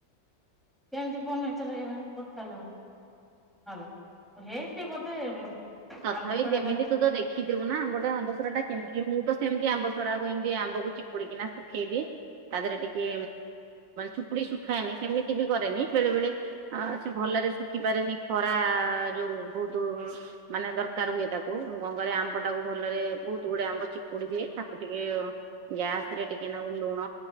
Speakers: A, in the centre; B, on the right (about 75°).
A: କେନ୍ତି ଵନେଇଥିଲେ କେଜାଣି ପଚାରିଲେ ହବ। ହଲ ହେଇ ସେ ବୋଧେ
B: ତଥାପି
A: ଆମ୍ବ ସଢାଟା
B: ଯେମିତି ତୁ ତ ଦେଖିଥିବୁ ନା ଗୋଟେ ଆମ୍ବସରାଟା କେମିତି ମୁଁ ତ ସେମିତି ଆମ୍ବ ସରାକୁ ଏମିତି ଆମ୍ବକୁ ଚିପୁଡିକିନା ଶୁଖେଇଦିଏ ତା ଦେହରେ ଟିକେ ଚୁପୁଡି ଶୁଖାଏନି ସେମିତି ବି କରେନି ବେଳେ ବେଳେ ସେ ଭଲରେ ଶୁଖିପାରେନି ଖରା ଯୋଉ ବହୁତ୍ ମାନେ ଦରକାର ହୁଏ ତାକୁ ଗଙ୍ଗଳି ଆମ୍ବ ଟାକୁ ଭଲରେ ବହୁତ ଗୁଡେ ଆମ୍ବ ଚିପୁଡି ଦିଏ ତାକୁ ଟିକେ ଗ୍ୟାସ ରେ ଟିକେ ନାଗୁ ଲୁଣ,